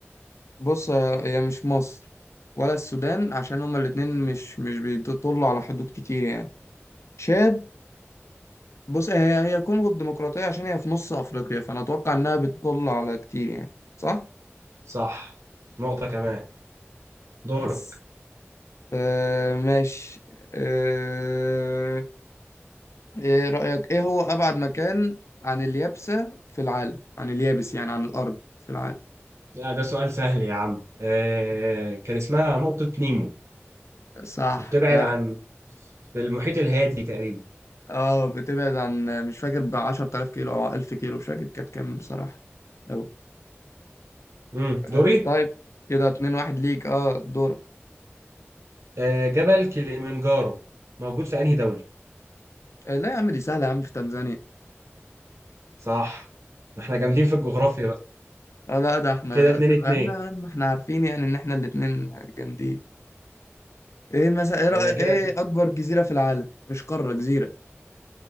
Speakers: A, on the left; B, on the right.
A: بص آه، هي مش مصر ولا السودان عشان هما الاتنين مش مش بيطلوا على حدود كتير يعني تشاد بص هي هي كونغو الديمقراطية عشان هي في نص أفريقيا فأنا أتوقع إنها بتطل على كتير يعني صح؟
B: صح نقطة كمان دورك
A: يس آه ماشي آه إيه رأيك إيه هو أبعد مكان عن اليابسة في العالم؟ عن اليابس يعني عن الأرض في العالم
B: لا ده سؤال سهل يا عم آه كان اسمها نقطة نيمو
A: صح
B: وبتبعد
A: كده
B: عن في المحيط الهادي تقريبا
A: اه بتبعد عن مش فاكر ب 10000 كيلو أو 1000 كيلو مش فاكر كانت كام بصراحة أوي
B: امم
A: آه
B: دوري
A: طيب كده 2 1 ليك اه دورك
B: آه جبل كليمنجارو موجود في أنهي دولة؟
A: آه لا يا عم دي سهلة يا عم في تنزانيا
B: صح احنا جامدين في الجغرافيا بقى
A: اه لا ده احنا
B: كده اتنين
A: تمام
B: اتنين
A: يا عم احنا عارفين يعني ان احنا الاتنين جامدين ايه مثلا ايه رأي
B: آه
A: ايه
B: كده
A: اكبر جزيرة في العالم مش قارة جزيرة